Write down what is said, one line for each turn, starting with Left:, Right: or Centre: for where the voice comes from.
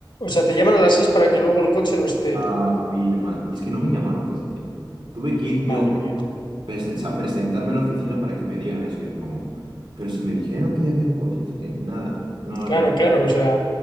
Left: O sea, te llaman a las seis para que luego el coche no esté.
Right: Afirma, es que no me llamaron tan siquiera, tuve que ir
Left: Madre
Right: yo,
Left: mía.
Right: presen- o sea, presentarme en la oficina para que me digan eso, y yo es como, pero si me dijeron que ya había un coche, no sé qué, nada, no lo
Left: Claro,
Right: tenemos.
Left: claro, o sea,